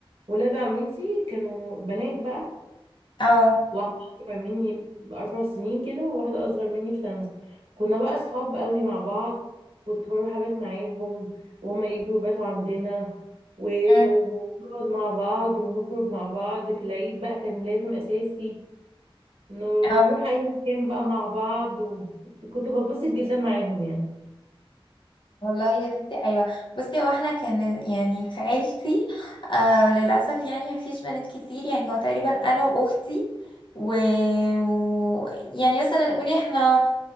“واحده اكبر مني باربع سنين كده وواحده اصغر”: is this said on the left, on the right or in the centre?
Right